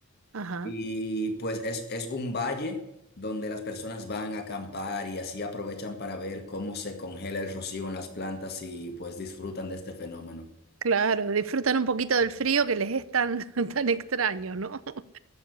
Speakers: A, on the right (about 80°); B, on the left (about 50°).
A: Ajá,
B: Y pues es, es un valle donde las personas van a acampar y así aprovechan para ver cómo se congela el rocío en las plantas y pues disfrutan de este fenómeno.
A: claro, disfrutan un poquito del frío que les es tan, <laughs> tan extraño, ¿no? <laughs>